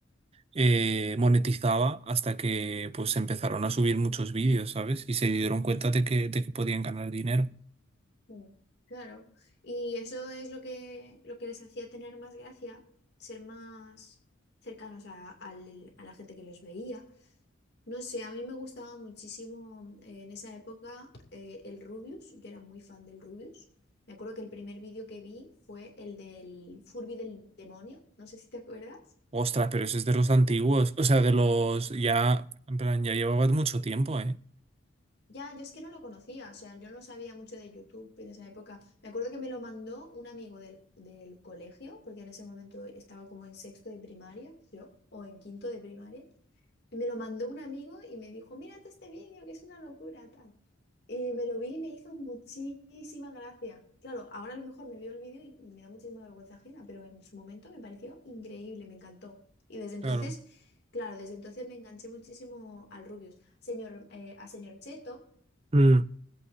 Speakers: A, on the right; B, on the left.
A: eh, monetizaba hasta que pues empezaron a subir muchos vídeos, ¿sabes? Y se dieron cuenta de que, de que podían ganar dinero.
B: mm. Claro. Y eso es lo que, lo que les hacía tener más gracia, ser más cercanos a, al- a la gente que los veía. No sé, a mí me gustaba muchísimo eh, en esa época eh, el Rubius. Yo era muy fan del Rubius. Me acuerdo que el primer vídeo que vi fue el del Furby del demonio. No sé si te acuerdas.
A: Ostras, pero ese es de los antiguos, o sea, de los ya, en plan, ya llevaba mucho tiempo, ¿eh?
B: Ya, yo es que no lo conocía, o sea, yo no sabía mucho de YouTube en esa época. Me acuerdo que me lo mandó un amigo del, del colegio, porque en ese momento estaba como en sexto de primaria, yo, o en quinto de primaria, y me lo mandó un amigo y me dijo, mírate este vídeo, que es una locura, tal. Y me lo vi y me hizo muchísima gracia. Claro, ahora a lo mejor me veo el vídeo y, y me da muchísima vergüenza ajena, pero en su momento me pareció increíble, me encantó. Y desde entonces,
A: Claro.
B: claro, desde entonces me enganché muchísimo al Rubius. Señor, eh, a señor Cheto
A: Mm,